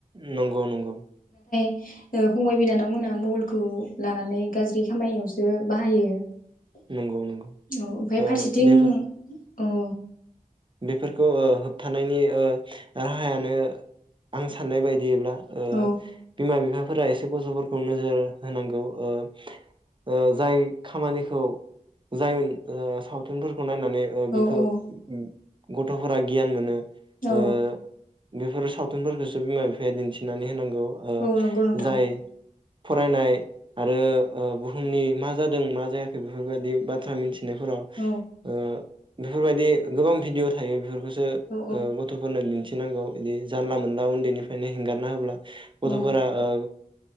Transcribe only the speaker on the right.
नंगौ नंगौ
नंगौ नंगौ
ओ
बेफोर
बेफोरखौ ओ होबथानायनि ओ राहायानो आं साननाय बायदियैब्ला ओ
बिमा बिफा फोरा एसे गथ'फोरखौ नोजोर होनांगौ औ ओ जाय खामानिखौ जाय ओ सावथुनफोर नायनानै ओ
बेखौ
ब गथ'फोरा गियान मोनो
ओ बेफोर साव सावथुनफोरखौसो बिमा बिफाया दिन्थिनानै होनांगौ ओ
जाय फरायनाय आरो ओ बुहुमनि मा जादों मा जायाखै बेफोरबायदि बाथ्रा मिथि फरायनायफोराव
ओ बेफोरबायदि गोबां भिडिअ' थायो बेफोरखौ
ओ गथ'फोरनो दिनथि फिनांगौ बिदि जानला मोनला उन्दैनिफ्रायनो हेंगारना होब्ला
गथ'फोरा ओ